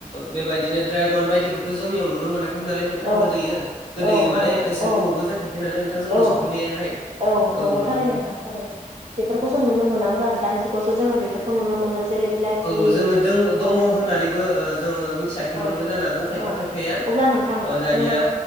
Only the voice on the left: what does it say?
बेबायदिनो ड्रेगन बायदिखौथ' जोंनियाव नुनो मोना नालाय नोंथां
गोदोयो गोदो
मानेसे
गोबावबो जाखायाखै नालाय नोंथां जोंनाव
सफैनायाहाय
नंगौ
नोंथां
औ जोङो द दङ
होननानैबो जोङो मिथियाखैमोनबो
जानो हागौ खायफा
खायफाया
ओ दानिया